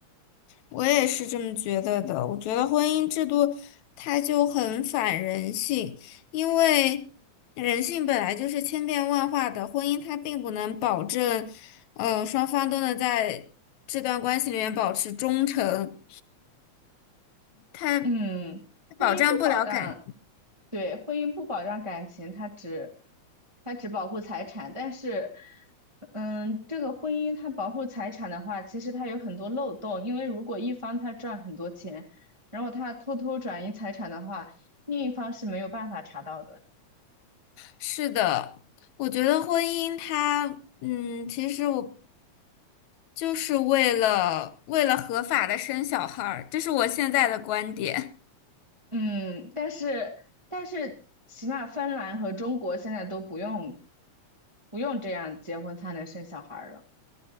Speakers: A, on the left; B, on the right.
A: 我也是这么觉得的。我觉得婚姻制度它就很反人性，因为人性本来就是千变万化的，婚姻它并不能保证，呃，双方都能在这段关系里面保持忠诚。它。
B: 嗯，婚姻不保障，
A: 保障不了感。
B: 对，婚姻不保障感情，它只它只保护财产，但是，嗯，这个婚姻它保护财产的话，其实它有很多漏洞，因为如果一方他赚很多钱，然后他偷偷转移财产的话，另一方是没有办法查到的。
A: 是的，我觉得婚姻它，嗯，其实我就是为了为了合法的生小孩儿，这是我现在的观点。
B: 嗯，但是但是起码芬兰和中国现在都不用不用这样结婚才能生小孩儿了。